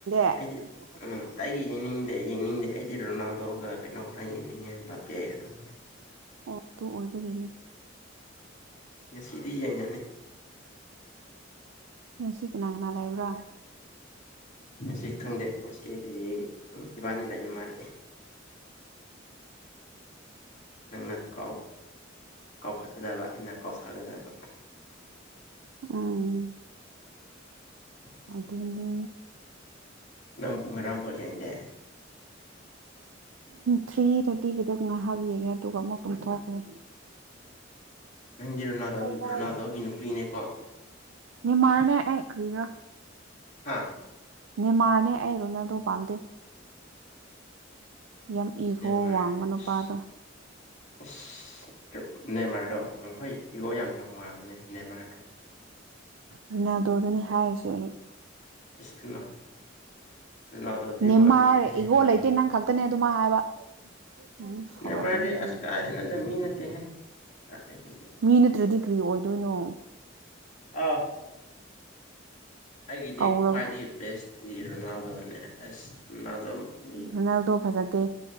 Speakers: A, on the right (about 90°); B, on the left (about 40°).
A: ꯑꯣ
B: ꯑꯩꯗꯤ ꯎꯝ ꯑꯇꯩꯒꯤ ꯌꯦꯡꯅꯤꯡꯗꯦ ꯌꯦꯡꯅꯤꯡꯗꯦ ꯑꯩꯗꯤ ꯔꯣꯅꯜꯗꯣꯒ ꯀꯩꯅꯣ ꯈꯛ ꯇꯪ ꯌꯦꯡꯅꯤꯡꯉꯦ ꯕꯥꯄꯦ ꯈꯇꯪꯒꯥ꯫
A: ꯑꯗꯨ ꯑꯣꯏꯕꯒꯤꯅꯦ
B: ꯉꯁꯤꯗꯤ ꯌꯦꯡꯉꯅꯤ
A: ꯃꯁꯤ ꯀꯅꯥ ꯀꯅꯥ ꯂꯩꯕ꯭ꯔꯥ
B: ꯉꯁꯤ ꯈꯪꯗꯦ ꯉꯁꯤꯗꯤ ꯏꯕꯥꯟꯅꯤ ꯂꯩꯕ ꯃꯥꯜꯂꯦ ꯅꯪꯅ ꯀꯥꯎ ꯀꯥꯎꯈꯠꯀꯗꯕ ꯑꯩꯅ ꯀꯥꯎꯊꯥꯒꯗꯕ
A: ꯎꯝ
B: <inaudible>
A: ꯑꯗꯨꯅꯤ
B: ꯅꯪ ꯉꯔꯥꯡ ꯕꯣꯜ ꯌꯦꯡꯗꯦ
A: ꯊ꯭ꯔꯤ ꯊꯥꯔꯇꯤꯒꯤꯗꯣ ꯉꯥꯏꯍꯥꯛ ꯌꯦꯡꯉꯦ ꯑꯗꯨꯒ ꯑꯃꯨꯛ ꯊꯨꯝꯊꯣꯛꯈꯔꯦ
B: ꯅꯪꯗꯤ ꯔꯣꯅꯥꯗꯣꯒꯤ
A: ꯇꯥꯔꯦ
B: ꯔꯣꯅꯥꯗꯣꯒꯤ ꯅꯨꯄꯤꯅꯦꯀꯣ
A: ꯅꯦꯃꯥꯔꯅꯦ ꯑꯩ ꯀꯔꯤꯔꯥ
B: ꯍꯥꯥ
A: ꯅꯦꯃꯥꯔꯅꯦ ꯑꯩ ꯔꯣꯅꯦꯜꯗꯣ ꯄꯥꯝꯗꯦ ꯌꯥꯝ ꯏꯒꯣ
B: ꯅꯦꯃꯥꯔ
A: ꯋꯥꯡꯕ ꯅꯨꯄꯥꯗꯣ
B: ꯏꯁ ꯢꯁ ꯅꯦꯃꯥꯔꯗꯣ ꯑꯣ ꯍꯣꯏ ꯏꯒꯣ ꯌꯥꯝ ꯌꯥꯝ ꯋꯥꯡꯕꯅꯦ ꯅꯦꯃꯥꯔꯗꯣ
A: ꯔꯣꯅꯥꯜꯗꯣꯗꯥꯅꯦ ꯍꯥꯏꯁꯦ ꯑꯩ
B: <unintelligible> ꯔꯣꯅꯥꯜꯗꯣꯗꯤ
A: ꯅꯦꯃꯥꯔ
B: ꯋꯥꯡꯗꯦ ꯍꯦ
A: ꯏꯒꯣ
B: ꯔꯣꯅꯥꯜꯗꯣ
A: ꯂꯩꯇꯦ ꯅꯪ ꯈꯛꯇꯅꯦ ꯑꯗꯨꯃꯥꯏ ꯍꯥꯏꯕ ꯎꯝ ꯁꯥꯎꯔꯛꯀꯅꯤ
B: ꯅꯦꯃꯥꯔꯗꯤ
A: ꯍꯧꯖꯤꯛ
B: ꯑꯁ ꯀꯥꯢꯗꯩꯅꯣꯗꯥ ꯃꯤ ꯅꯠꯇꯦꯍꯦ ꯀꯥꯢꯗꯥꯒꯤ
A: ꯃꯤ ꯅꯠꯇ꯭ꯔꯗꯤ ꯀ꯭ꯔꯤ ꯑꯣꯏꯗꯣꯏꯅꯣ
B: ꯑꯥꯎ ꯑꯩꯒꯤꯗꯤ
A: ꯀꯧꯔꯕ
B: ꯈ꯭ꯋꯥꯏꯗꯒꯤ ꯕꯦꯁꯇꯤ ꯔꯣꯅꯥꯜꯗꯣꯅꯦ ꯑꯁ ꯔꯣꯅꯥꯜꯗꯣ ꯃꯤ
A: ꯔꯣꯅꯥꯜꯗꯣ ꯐꯖꯗꯦ